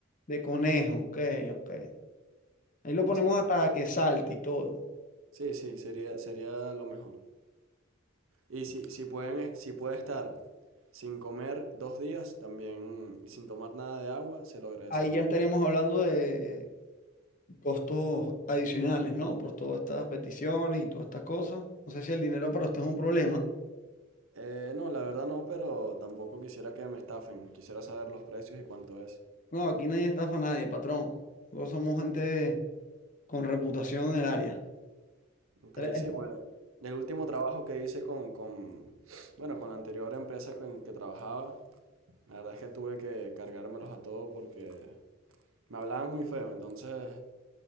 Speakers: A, on the left (about 40°); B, on the right (about 80°).
A: de conejo, ok, ok. Ahí lo ponemos
B: Sí,
A: hasta que salte y todo.
B: sí, sí, sería, sería lo mejor. Y si, si pueden, si puede estar sin comer dos días también y sin tomar nada de agua, se lo agradecería.
A: Ahí ya estaríamos hablando de costos adicionales, ¿no? Por todas estas peticiones y todas estas cosas. No sé si el dinero para usted es un problema.
B: Eh, no, la verdad no, pero tampoco quisiera que me estafen. Quisiera saber los precios y cuánto es.
A: No, aquí nadie estafa a nadie, patrón. Nosotros somos gente con reputación en el área.
B: Ok,
A: Usted es
B: sí, pues el último trabajo que hice con, con, bueno, con la anterior empresa con que trabajaba, la verdad es que tuve que cargármelos a todos porque me hablaban muy feo. Entonces,